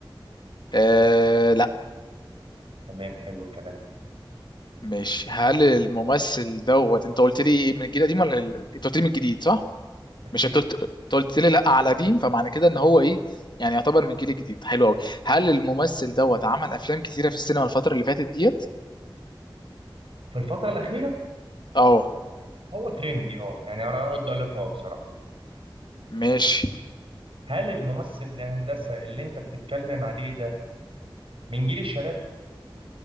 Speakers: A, on the left; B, on the right.
A: آه...
B: تمام حلو الكلام
A: مش هل الممثل دوت انت قلت لي ايه من الجيل القديم ولا ال- انت قلت لي من الجديد صح؟
B: افتكر
A: مش انت قلت انت قلت لي لا على قديم فمعنى كده ان هو ايه يعني يعتبر من الجيل الجديد حلو قوي هل الممثل دوت عمل افلام كتيره في السينما الفتره اللي فاتت ديت؟
B: في الفترة الأخيرة
A: اه
B: هو ترندي اه يعني انا اقدر اقول لك اه بصراحة
A: ماشي
B: هل الممثل الهندسة اللي انت بتتكلم عليه ده من جيل الشباب